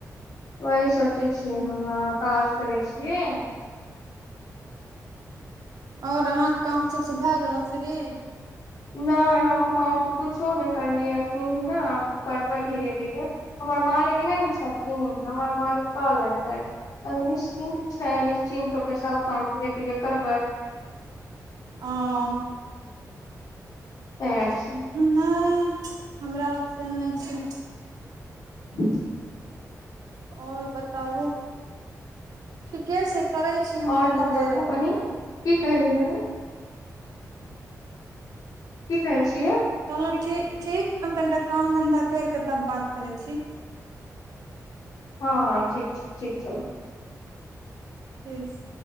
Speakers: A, on the left; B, on the right.
A: वही सोचै छियै हम अहां काज करे छियै
B: और अहाँ क काम सबस भए गेलहु फ्री
A: नहि हम काम स कुछो नहि करलियै एखन ने आब करबै धीरे धीरे हमर मालिक नहि छथिन हमर मालिक कल अतै तब निश्चिन्त छै निश्चिन्त हो के सब काम धीरे धीरे करबै
B: <inaudible>
A: ओ है सब
B: नहि हमरा से नहि छै
A: बस <unintelligible>
B: आओर बताबु? ठीके छै करैत छी हम
A: और
B: कनि
A: सब बतबू
B: देरमे
A: बहिन
B: फेरो
A: की कहलियै बहिन? की कहै छियै?
B: कहलहुँ ठीक, ठीक छी हम कनिटा काम-धंधा करि कऽ तब बात करै छी।
A: हँ हँ, ठीक छै ठीक छै।
B: ठीक छै।